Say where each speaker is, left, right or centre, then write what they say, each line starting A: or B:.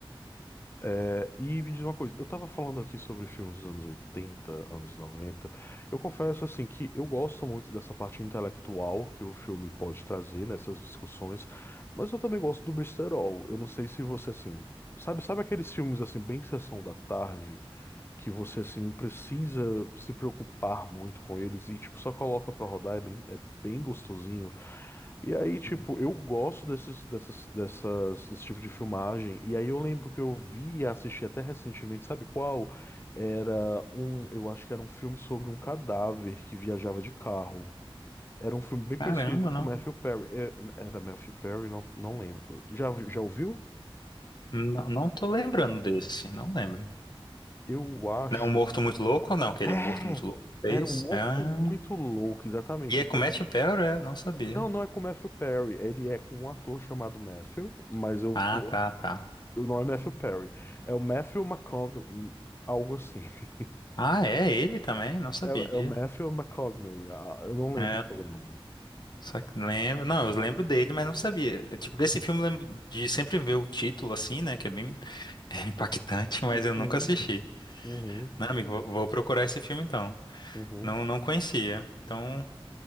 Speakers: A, on the left; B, on the left.
A: É, e me diz uma coisa, eu tava falando aqui sobre filmes dos anos 80 anos noventa Eu confesso, assim, que eu gosto muito dessa parte intelectual que o filme pode trazer nessas discussões, mas eu também gosto do besterol. Eu não sei se você, assim, sabe, sabe aqueles filmes, assim, bem sessão da tarde, que você, assim, não precisa se preocupar muito com eles e, tipo, só coloca pra rodar, é bem, é bem gostosinho. E aí, tipo,
B: Uhum.
A: eu gosto desses, dessas, dessas, desse tipo de filmagem. E aí eu lembro que eu vi e assisti até recentemente, sabe qual? Era um, eu acho que era um filme sobre um cadáver que viajava de carro. Era um filme bem
B: Caramba,
A: conhecido
B: não.
A: com Matthew Perry. É, Era Matthew Perry? Não, não lembro. Já, vi- já ouviu?
B: Não, não tô lembrando desse, não lembro.
A: Eu acho.
B: Não é um morto muito louco ou não? Aquele
A: É!
B: um morto muito louco. fez.
A: Era um morto
B: Ah.
A: muito louco, exatamente.
B: E é
A: É por-
B: com Matt Perry, é? Não sabia.
A: Não, não é com Matthew Perry. Ele é com um ator chamado Matthew, mas eu
B: Ah, tá, tá.
A: O nome é Matthew Perry. É o Matthew McConaughey, hum, algo assim. <laughs>
B: Ah, é ele também? Não sabia.
A: É, é o Matthew McConaughey. ah, eu não lembro
B: É.
A: o nome.
B: Só que lembro, não, eu lembro dele, mas não sabia. É, Tipo, desse filme eu lembro de sempre ver o título assim, né, que é bem <laughs> impactante, mas
A: Uhum,
B: eu nunca assisti.
A: uhum,
B: Não, amigo, vou vou procurar esse filme então.
A: uhum.
B: Não, não conhecia. Então,